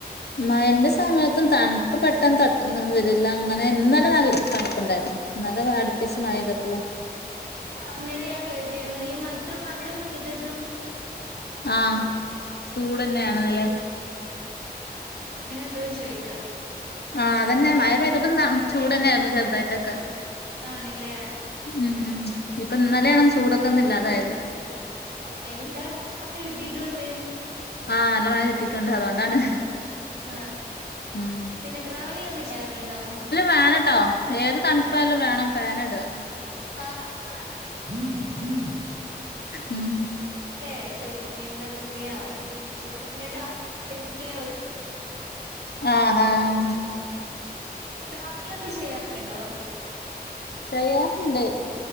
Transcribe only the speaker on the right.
നിങ്ങള് പറഞ്ഞത് ഞാൻ കേട്ടിരുന്നു ഈ ഇത്ര മഴ പെയ്തിട്ടും മഴ-
കേട്ട്
എങ്ങനെ ഉണ്ടോന്ന് ചോയിക്ക
ആണില്ലേ
ഓ അയിന് ഇന്നലെ നല്ല മഴ കിട്ടിട്ടും ഉണ്ട്.
ആഹ്
പിന്നെ ട്രാവലിംഗ് ഒക്കെ ചെയ്യാറുണ്ടോ?
ആഹ് അത് വേണംഅ <unintelligible>
പ്പല്ലേ... എന്താ പറയാ ചൂടി <unintelligible> ൻ്റെ അമ്യത് വരുന്നല്ലേ ഉള്ളൂ.
പിന്നെ ട്രാവലിംഗ് ഒക്കെ ചെയ്യാറുണ്ടോ?